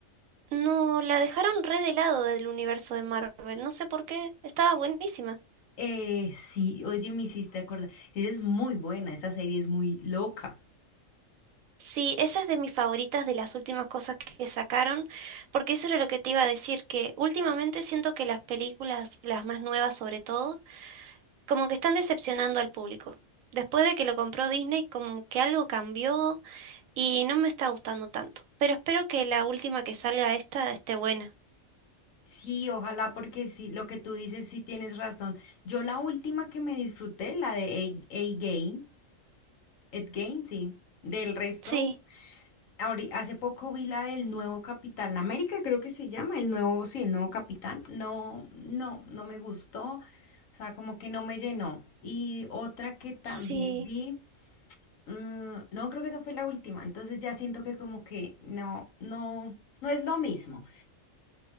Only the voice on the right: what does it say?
No, la dejaron re de lado del universo de Marvel, no sé por qué, estaba buenísima.
Sí, esa es de mis favoritas de las últimas cosas que sacaron, porque eso era lo que te iba a decir, que últimamente siento que las películas, las más nuevas sobre todo, Como que están decepcionando al público. Después de que lo compró Disney, como que algo cambió y no me está gustando tanto. Pero espero que la última que salga esta esté buena.
Sí,
sí,